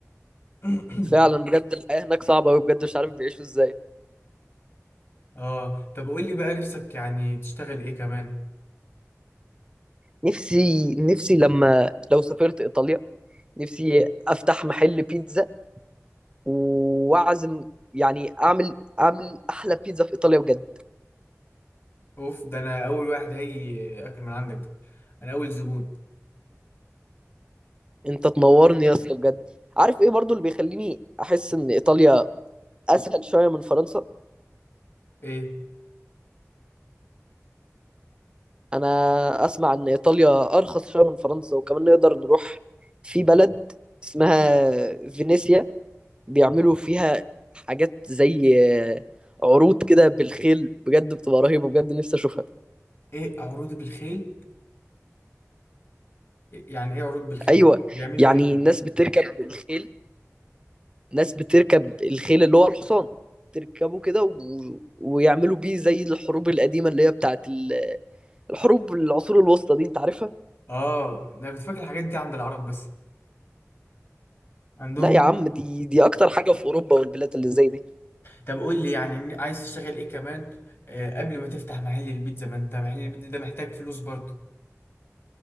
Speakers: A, on the left; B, on the right.
A: <clears throat>
B: فعلا بجد الحياة هناك صعبة قوي بجد مش عارف بيعيشوا ازاي
A: اه طب قول لي بقى نفسك يعني تشتغل ايه كمان؟
B: نفسي نفسي لما لو سافرت ايطاليا نفسي افتح محل بيتزا واعزم يعني اعمل اعمل احلى بيتزا في ايطاليا بجد
A: اوف ده انا اول واحد هيجي اكل من عندك ده انا اول زبون
B: انت تنورني يا اسطى بجد عارف ايه برضو اللي بيخليني احس ان ايطاليا اسهل شويه من فرنسا
A: ايه؟
B: انا اسمع ان ايطاليا ارخص شويه من فرنسا وكمان نقدر نروح في بلد اسمها فينيسيا بيعملوا فيها حاجات زي عروض كده بالخيل بجد بتبقى رهيبه بجد نفسي اشوفها
A: ايه عروض بالخيل؟ يعني ايه عروض بالخيل؟
B: ايوه
A: بيعملوا
B: يعني
A: ايه؟
B: الناس بتركب بالخيل ناس بتركب الخيل اللي هو الحصان تركبه كده و... ويعملوا بيه زي الحروب القديمة اللي هي بتاعت ال- الحروب العصور الوسطى دي انت عارفها؟
A: اه انا كنت فاكر الحاجات دي عند العرب بس عندهم
B: لا يا عم دي دي اكتر حاجة في اوروبا والبلاد اللي زي دي
A: طب قول لي يعني عايز تشتغل ايه كمان آه، قبل ما تفتح محل البيتزا ما انت محل البيتزا ده محتاج فلوس برضه